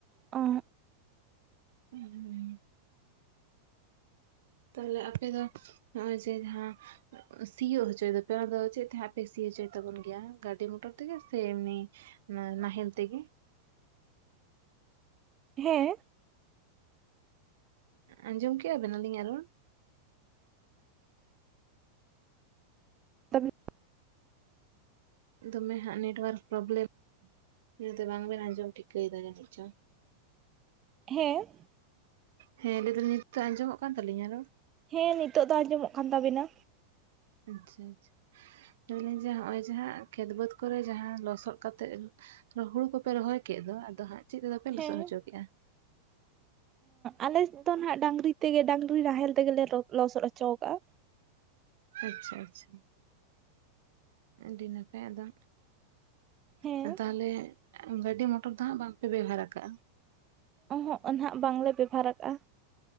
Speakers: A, on the right (about 30°); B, on the right (about 55°).
A: ᱚ,
B: ᱦᱩᱸ, ᱦᱩᱸ, ᱛᱟᱦᱞᱮ ᱟᱯᱮ ᱫᱚ ᱱᱚᱜᱼᱚᱭ ᱡᱮ ᱡᱟᱦᱟᱸ ᱥᱤᱭᱳ ᱦᱚᱪᱚᱭ ᱫᱚᱯᱮ ᱟᱫᱚ ᱪᱮᱫ ᱛᱮ ᱦᱟᱜᱯᱮ ᱥᱤ ᱦᱚᱪᱚᱭ ᱛᱟᱵᱚᱱ ᱜᱮᱭᱟ ᱜᱟᱹᱰᱤ ᱢᱚᱴᱚᱨ ᱛᱮᱜᱮ ᱥᱮ ᱮᱢᱱᱤ? ᱱᱟ ᱱᱟᱦᱮᱞ ᱛᱮᱜᱮ?
A: ᱦᱮᱸ,
B: ᱟᱸᱡᱚᱢ ᱠᱮᱜ-ᱟ ᱵᱮᱱ ᱟᱞᱤᱧ ᱟᱜ ᱨᱚᱲ?
A: <unintelligible>
B: ᱫᱚᱢᱮ ᱦᱟᱸᱜ ᱱᱮᱴᱣᱟᱨᱠ ᱯᱨᱚᱵᱞᱮᱢ, ᱤᱱᱟᱹᱛᱮ ᱵᱟᱝ ᱵᱮᱱ ᱟᱸᱡᱚᱢ ᱴᱷᱤᱠᱟᱹᱭᱮᱫᱟ ᱡᱟᱹᱱᱤᱡ ᱪᱚᱝ
A: ᱦᱮᱸ,
B: ᱦᱮᱸ ᱞᱟᱹᱭ ᱫᱟᱞᱤᱧ ᱱᱤᱛᱚᱜ ᱟᱸᱡᱚᱢᱚᱜ ᱠᱟᱱ ᱛᱟᱹᱞᱤᱧᱟ ᱨᱚᱲ?
A: ᱦᱮᱸ ᱱᱤᱛᱚᱜ ᱫᱚ ᱟᱸᱡᱚᱢᱚᱜ ᱠᱟᱱ ᱛᱟᱵᱤᱱᱟ᱾
B: ᱟᱪᱪᱷᱟ, ᱟᱪᱪᱷᱟ, ᱢᱮᱱᱫᱟᱹᱧ ᱡᱮ ᱱᱚᱜᱼᱚᱭ ᱡᱟᱦᱟᱸ ᱠᱷᱮᱛ ᱵᱟᱹᱫᱽ ᱠᱚᱨᱮ ᱡᱟᱦᱟᱸ ᱞᱚᱥᱚᱫ ᱠᱟᱛᱮᱜ ᱦᱩᱬᱩ ᱠᱚᱯᱮ ᱨᱚᱦᱚᱭ ᱠᱮᱫ ᱫᱚ ᱟᱫᱚ ᱦᱟᱸᱜ ᱪᱮᱫ ᱛᱮᱫᱚ ᱯᱮ
A: ᱦᱮᱸ,
B: ᱞᱚᱥᱚᱫ ᱦᱚᱪᱚ ᱠᱮᱜᱼᱟ
A: ᱟᱞᱮ ᱫᱚ ᱱᱟᱜ ᱰᱟᱝᱨᱤ ᱛᱮᱜᱮ ᱰᱟᱝᱨᱤ ᱱᱟᱦᱮᱞ ᱛᱮᱜᱮ ᱞᱮ ᱞᱚ ᱞᱚᱥᱚᱫ ᱦᱚᱪᱚ ᱟᱠᱟᱫᱼᱟ᱾
B: ᱟᱪᱪᱷᱟ, ᱟᱪᱪᱷᱟ᱾ ᱟᱹᱰᱤ ᱱᱟᱯᱟᱭ ᱟᱫᱚ᱾
A: ᱦᱮᱸ
B: ᱟᱫᱚ ᱛᱟᱦᱚᱞᱮᱼᱼ ᱜᱟᱹᱰᱤ ᱢᱚᱴᱚᱨ ᱫᱚ ᱦᱟᱸᱜ ᱵᱟᱝᱯᱮ ᱵᱮᱣᱦᱟᱨ ᱟᱠᱟᱜᱼᱟ᱾
A: ᱚᱸ ᱦᱚᱜ ᱱᱟᱦᱟᱜ ᱵᱟᱝᱞᱮ ᱵᱮᱵᱷᱟᱨ ᱟᱠᱟᱜᱼᱟ᱾